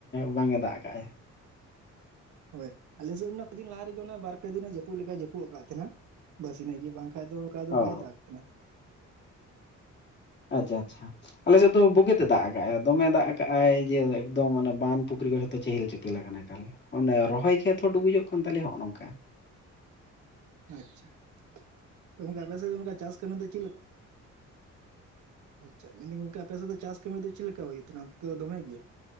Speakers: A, on the left; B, on the right.
A: ᱵᱟᱝ ᱮ ᱫᱟᱜ ᱠᱟᱜ-ᱟᱭ᱾
B: ᱦᱳᱭ ᱟᱞᱮ ᱥᱮᱫ ᱚᱱᱟ ᱠᱚ ᱫᱤᱱ ᱞᱟᱦᱟ ᱨᱮᱜᱮ ᱚᱱᱟ ᱵᱟᱨ ᱯᱮ ᱫᱤᱱᱮ ᱡᱟᱹᱯᱩᱫ ᱞᱮᱠᱟᱭ ᱡᱟᱹᱯᱩᱫ ᱟᱠᱟᱫ ᱛᱟᱦᱮᱱᱟ᱾ ᱵᱟᱥ ᱤᱱᱟᱹᱜ ᱜᱮ ᱵᱟᱝᱠᱷᱟᱡ ᱫᱚ ᱚᱱᱠᱟ ᱫᱚ
A: ᱚ
B: ᱵᱟᱭ ᱫᱟᱜ ᱛᱟᱦᱮᱱᱟ᱾
A: ᱟᱪᱪᱷᱟ ᱟᱪᱪᱷᱟ᱾ ᱟᱞᱮᱥᱮᱫ ᱫᱚ ᱵᱳᱜᱮᱛᱮ ᱫᱟᱜ ᱠᱟᱜᱼᱟᱭ᱾ ᱫᱚᱢᱮ ᱫᱟᱜ ᱠᱟᱜ-ᱟᱭ ᱡᱮ ᱮᱠᱫᱚᱢ ᱚᱱᱟ ᱵᱟᱸᱱᱫᱷ ᱯᱩᱠᱷᱨᱤ ᱠᱚ ᱡᱷᱚᱛᱚ ᱪᱮᱦᱮᱞ ᱪᱮᱯᱮᱞ ᱟᱠᱟᱱᱟ ᱮᱠᱟᱞ᱾ ᱚᱱᱮ ᱨᱚᱦᱚᱭ ᱠᱷᱮᱛ ᱦᱚᱸ ᱰᱩᱵᱩᱡᱚᱜ ᱠᱟᱱ ᱛᱟᱞᱮᱭᱟ ᱦᱚᱸᱜ-ᱚ ᱱᱚᱝᱠᱟ᱾
B: ᱟᱪᱪᱷᱟ᱾ ᱛᱚ ᱜᱚᱝᱠᱮ ᱟᱯᱮ ᱥᱮᱫ ᱚᱱᱠᱟ ᱪᱟᱥ ᱠᱟᱹᱢᱤ ᱫᱚ ᱪᱮᱫ ᱞᱮᱠᱟ? ᱟᱪᱪᱷᱟ ᱢᱮᱱᱫᱟᱹᱧ ᱜᱚᱝᱠᱮ ᱟᱯᱮᱥᱮᱫ ᱫᱚ ᱪᱟᱥ ᱠᱟᱹᱢᱤ ᱫᱚ ᱪᱮᱫ ᱞᱮᱠᱟ ᱦᱩᱭᱩᱜ ᱛᱟᱦᱮᱱᱟ ᱚᱱᱛᱮᱫᱚ ᱫᱚᱢᱮ ᱜᱮ?